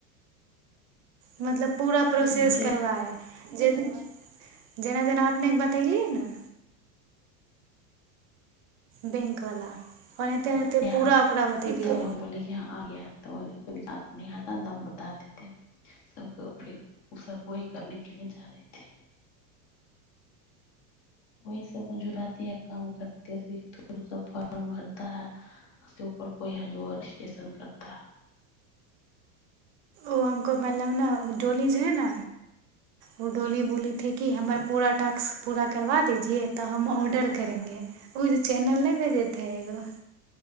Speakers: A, on the right (about 50°); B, on the left (about 30°).
A: मतलब पूरा प्रोसेस
B: जो
A: करबाए जे जेना जेना अपनेके बतलियै ने बैंकवला ओनाहिते ओनाहिते
B: तब
A: पूरा ओकरा बतेलियै
B: हम बोल कि ह तऽ ओ बात नहि हता दम बता देते सभके फेर ओ सभ वह करनेके लिए जा देतै वह सब जुड़ती है काम करती है उी थ्र फर्म भरता है उसके ऊपर कोइ ह ज रजिस्ट्रेशन करता है
A: ो हमको मतलब ने डोली जे है न ओ डोली बोली ी कि हमर पूरा टास्क पूरा करबा दीजिये तऽ हम ऑर्डर करेंगे ओ जे चैनल नहि भेजेथे एगो